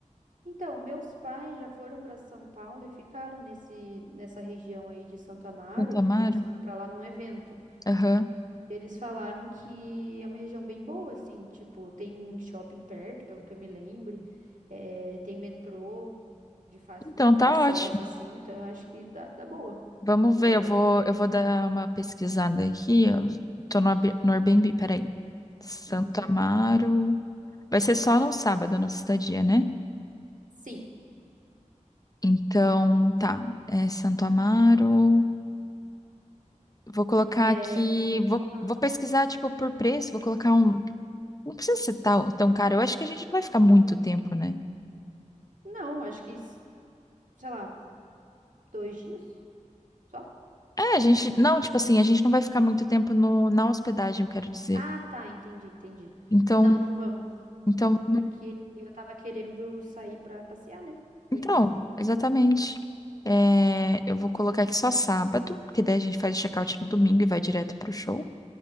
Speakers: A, on the right; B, on the left.
A: então, meus pais já foram para São Paulo e ficaram nesse, nessa região aí de Santo Amaro,
B: Santo Amaro?
A: porque eles foram para lá num evento.
B: Aham.
A: Eles falaram que é uma região bem boa, assim, tipo, tem shopping perto, pelo que eu me lembre, eh, tem metrô de fácil,
B: Então
A: tipo,
B: tá
A: acesso,
B: ótimo.
A: assim, então eu acho que dá, dá boa,
B: Vamos
A: se for
B: ver, eu
A: lá.
B: vou, eu vou dar uma pesquisada aqui. Eu tô no, Ab- no Airbnb, peraí. Santo
A: Uhum.
B: Amaro. Vai ser só no sábado a nossa estadia, né?
A: Sim,
B: Então, tá. É Santo Amaro. Vou colocar
A: é...
B: aqui. Vou,
A: ah,
B: vou pesquisar, tipo, por preço. Vou colocar um. Não precisa ser tão, tão caro. Eu acho que a gente não vai ficar muito tempo, né?
A: não, acho que, s- sei lá, dois dias só?
B: É, a gente. Não, tipo assim, a gente não vai ficar muito tempo no, na hospedagem, eu quero dizer.
A: Ah, tá, entendi, entendi.
B: Então,
A: Não, não vamos,
B: então
A: porque eu tava querendo sair pra passear, né, conhecer.
B: Então, exatamente. É, eu vou colocar aqui só sábado, porque daí a gente faz o check-out no domingo e vai direto pro show.